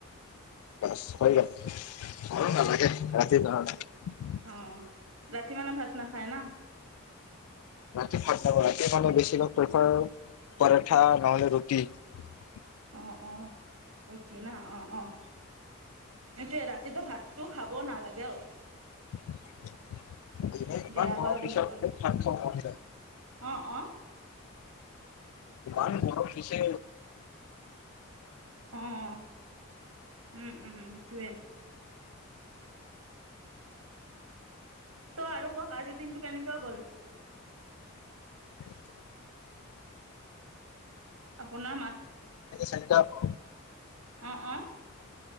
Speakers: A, on the left (about 80°); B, on the right (about 80°).
A: বাছ হৈ গল আৰু নালাগে ৰাতি কাৰনে নাই।
B: অ ৰাতি মানে ভাত নাখায় ন,
A: ৰাতি ভাত ৰাতি মানে বেছিভাগ প্ৰেফাৰ পৰঠা, নহলে ৰুটি-
B: অঁ অঁ কি না অঁ অঁ এইটোৱে ৰাতিটো ভাতটো খাব নালাগে অ-
A: এনে ইমান
B: বেয়া
A: গৰম
B: হয়
A: পিছতান
B: বুলি কয়
A: থ মন যায়।
B: অঁ অঁ
A: ইমান গৰম দিছে।
B: অ অ উম উম উ তে চ' আৰু কওক আজিৰ দিনটো কেনেকুৱা গল।
A: চ
B: আপোনাৰ
A: চাৰিটা হ
B: আহ আহ